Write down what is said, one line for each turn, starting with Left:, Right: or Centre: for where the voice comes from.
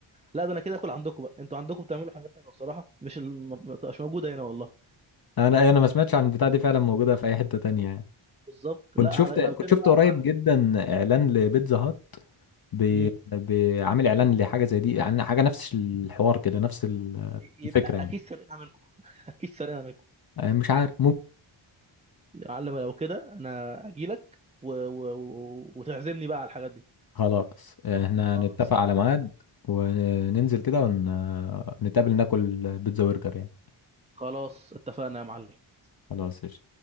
Right: لا ده انا كده اكل عندكم بقى انتوا عندكم بتعملوا حاجات حلوه بصراحه مش الم- ما بتبقاش موجوده هنا والله
Left: انا أيوة، انا ما سمعتش عن البتاع دي فعلا موجوده في اي حته تانية يعني
Right: بالظبط
Left: كنت
Right: لا
Left: شفت
Right: على لو
Left: كنت
Right: كده
Left: شفت
Right: بقى
Left: قريب
Right: يا معلم
Left: جدا اعلان لبيتزا هات بي-
Right: مم.
Left: بيعمل اعلان لحاجه زي دي يعني حاجه نفس الحوار كده نفس ال-
Right: يبقى
Left: الفكره يعني
Right: اكيد سارقينها منكم <laughs> اكيد سارقينها منكم
Left: أنا مش عارف
Right: يا معلم لو كده انا اجيلك و... و... و... وتعزمني بقى على الحاجات دي
Left: خلاص احنا
Right: خلاص
Left: نتفق على ميعاد وننزل كده ونتقابل ناكل بيتزا برجر يعني
Right: خلاص اتفقنا يا معلم
Left: خلاص